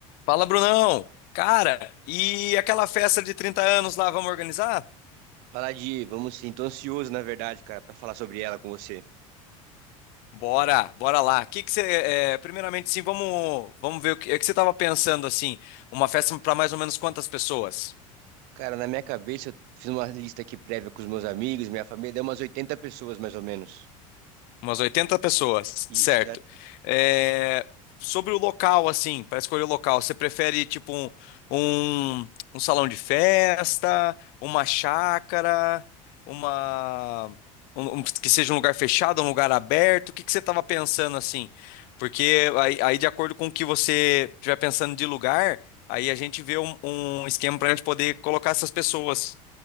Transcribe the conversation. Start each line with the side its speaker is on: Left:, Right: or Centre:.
Left: Fala, Brunão! Cara, e aquela festa de 30 anos lá, vamos organizar?
Right: Falar de, vamos sim, tô ansioso, na verdade, cara, pra falar sobre ela com você.
Left: Bora, bora lá. Que que você, é, primeiramente, sim, vamos, vamos ver o que, é que você estava pensando assim, uma festa para mais ou menos quantas pessoas?
Right: Cara, na minha cabeça, eu fiz uma lista aqui prévia com os meus amigos, minha família, deu umas 80 pessoas, mais ou menos.
Left: Umas oitenta pessoas,
Right: Isso,
Left: certo.
Right: é-
Left: É, sobre o local, assim, para escolher o local, você prefere tipo um, um, um salão de festa, uma chácara, uma um- um- que seja um lugar fechado, um lugar aberto? O que que você estava pensando assim? Porque aí, aí, de acordo com o que você estiver pensando de lugar, aí a gente vê um, um esquema para a gente poder colocar essas pessoas.